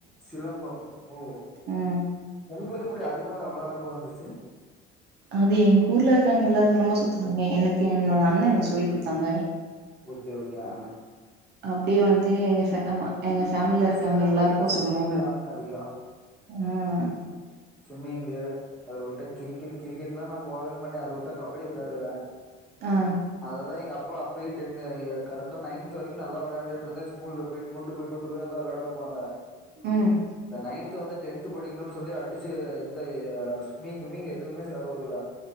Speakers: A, in the centre; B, on the right.
A: சிலம்பம் ஓ
B: ம்
A: உங்ளுக்கு எப்டி அது மேல அவ்ளா ஆர்வொ வந்துச்சு
B: இது எங்க் ஊர்ல இருக்காங் எல்லாத்தலமு சுத்துறாங்க எனக்கு என்னோட அண்ணே எனக் சொல்லிக் குடுத்தாங்க
A: ஓக்கே ஓக்கே அ
B: அப்டியே வந்து எங்க ஃபே அமா எங்க பேஃமிலில இருக்கங்க
A: சைட்லா
B: எல்லார்க்கு
A: பாத்தீங்கன்னா ஸ்விம்மிங்
B: சொம்முவாங்க
A: தா அதிகோ
B: ஆ
A: சும்மிங்கு அத வுட்டா கிரிக்கெட் கிரிக்கெட்லா நா போவே மாட்டே அத வுட்டா கபடி வெளாடுவ
B: ஆ
A: அதெல்லா எங்க அப்பா அப்பயே டுன்னு எ கரெட்டா நயன்த் வரிக்கு நல்லா வெளயாண்டுட்ருந்தே ஸ்கூல போயிட்டு கூட்டு போய் கூட்டு போய் அல்லா வெளையாடவுட் பாங்க
B: ம்
A: இந்த நயன்த் வந்துட் டென்த் படிக்ணுன் சொல்லி அடிச்சு எந்த இ யே ஸ் ஸ்சும்மிங் கிம்மிங் எதுவுமே சேரவுடுல